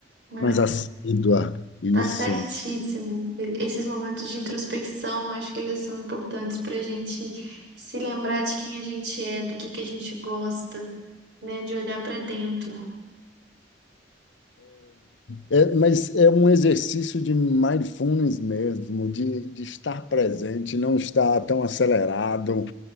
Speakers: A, on the right; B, on the left.
A: né?
B: mais assídua. Isso.
A: Tá certíssimo. E- Esses momentos de introspecção, acho que eles são importantes pra gente se lembrar de quem a gente é, do que que a gente gosta, né? De olhar pra dentro.
B: É, mas é um exercício de mindfulness mesmo, de, de estar presente, não estar tão acelerado,